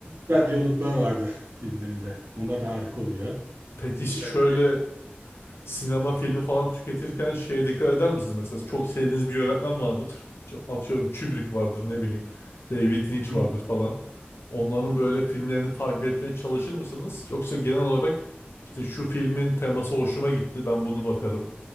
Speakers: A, on the right; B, on the left.
A: güzel diyaloglar vardır filmlerinde. Onlar da harika oluyor.
B: Peki
A: Özellikle
B: şöyle Sinema filmi falan tüketirken şeye dikkat eder misiniz? Mesela çok sevdiğiniz bir yönetmen vardır. İşte Atıyorum Kubrick vardır ne bileyim. David Lynch
A: Hı
B: vardır
A: hı.
B: falan. Onların böyle filmlerini takip etmeye çalışır mısınız? Yoksa genel olarak işte şu filmin teması hoşuma gitti ben bunu bakarım